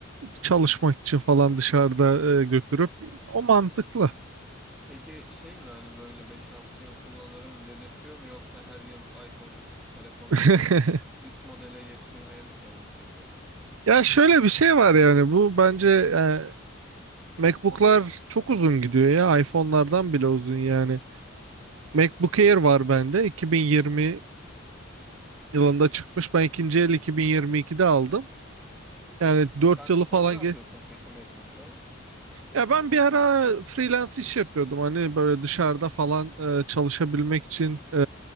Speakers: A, on the right (about 75°); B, in the centre.
A: çalışmak için falan dışarıda e, götürüp o mantıklı.
B: Peki şey mi hani böyle beş altı yıl kullanırım dedirtiyor mu yoksa her yıl iPhone işte telefon
A: <laughs>
B: gibi üst modele geçirmeye mi çalışıyor seni?
A: Ya şöyle bir şey var yani bu bence e, MacBook'lar çok uzun gidiyor ya. iPhone'lardan bile uzun yani. MacBook Air var bende. 2020 yılında çıkmış. Ben ikinci el 2022'de aldım. Yani 4
B: Sen
A: yılı
B: sen
A: falan
B: ne yapıyorsun
A: geç.
B: peki MacBook'la?
A: Ya ben bir ara freelance iş yapıyordum. Hani böyle dışarıda falan e, çalışabilmek için e,